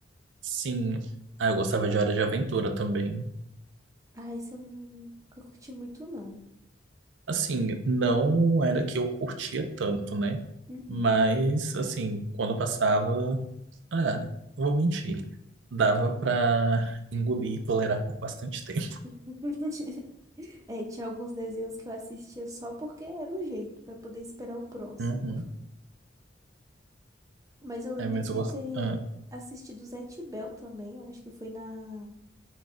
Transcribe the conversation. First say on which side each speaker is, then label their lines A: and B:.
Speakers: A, on the right; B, on the right.
A: sim. Ah, eu gostava de Hora de Aventura também.
B: Ah, esse eu não nunca curti muito, não.
A: Assim, não era que eu curtia tanto, né?
B: Uhum.
A: Mas, assim, quando passava, ah, não vou mentir, dava pra engolir e tolerar por bastante tempo. <laughs>
B: <laughs> É, tinha alguns desenhos que eu assistia só porque era o jeito, pra poder esperar o próximo.
A: Uhum.
B: Mas eu lembro
A: É, mas
B: de
A: eu gosto.
B: ter
A: Ah.
B: assistido o Zé Tibel também, eu acho que foi na,